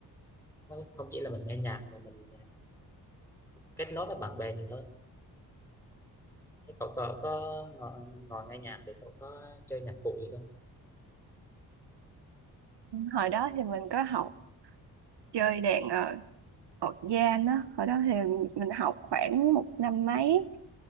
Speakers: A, in the centre; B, on the right.
A: nó không chỉ là mình nghe nhạc mà mình à, kết nối với bạn bè nhiều hơn thế cậu có, có ngồi, ngồi nghe nhạc thì cậu có chơi nhạc cụ gì không
B: hồi đó thì mình có học chơi đàn ờ, Ở Gian á, hồi đó thì mình học khoảng một năm mấy.